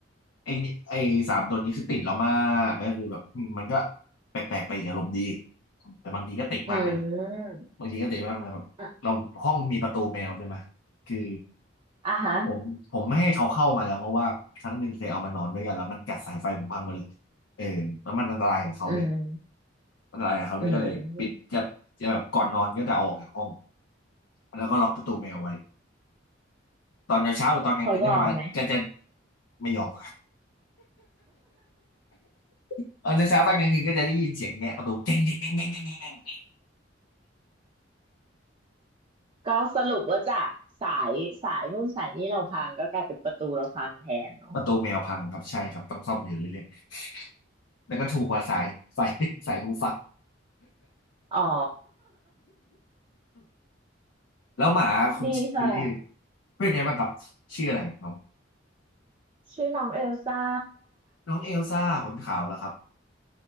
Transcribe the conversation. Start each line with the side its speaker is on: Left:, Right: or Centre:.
Left: ไอไอสามตัวนี้คือติดเรามากก็คือแบบอืมมันก็แปลกๆไปอีกอารมณ์ดีแต่บางทีก็ติดมากไปหน่อย
Right: อืม
Left: บางทีก็ติดมากนะแบบเราห้องมีประตูแมวใช่ไหม
Right: อ่ะ
Left: คือ
Right: อ่ะฮะ
Left: ผมผมไม่ให้เขาเข้ามาแล้วเพราะว่าครั้งหนึ่งเคยเอามานอนด้วยกันแล้วมันกัดสายไฟผมพังหมดเลยเออแล้วมันอันตรายกับเขาด้วย
Right: อืม
Left: อะไรายกับเขาได้วยก็เลยปิดจะจะแบบก่อนนอนก็จะเอาออกจากห้อง
Right: อืม
Left: แล้วก็ล็อกประตูแมวไว้ตอนเช้าๆหรือตอนกลางคืนก็จะมาก็จะ
Right: เขายอมไหม
Left: ไม่ยอม <laughs> ตอนเช้าๆตอนกลางคืนก็จะได้ยินเสียงแงะประตูเจ๊งเจ๊งเจ๊งเจ๊งเจ๊งเจ๊ง
Right: ก็สรุปว่าจากสายสายนู่นสายนี้เราพังก็กลายเป็นประตูเราพังแทนเนาะ
Left: ประตูแมวพังครับใช่ครับต้องซ่อมอยู่เรื่อยๆแล้วก็ถูกกว่าสายสายสายหูฟัก
Right: อ๋อ
Left: <laughs> แล้วหมาคุณคุณลี่
Right: <laughs> ดีค่ะ
Left: เป็นไงบ้างครับชื่ออะไรน้อง
Right: ชื่อน้องเอลซ่า
Left: น้องเอลซ่าขนขาวแล้วครับ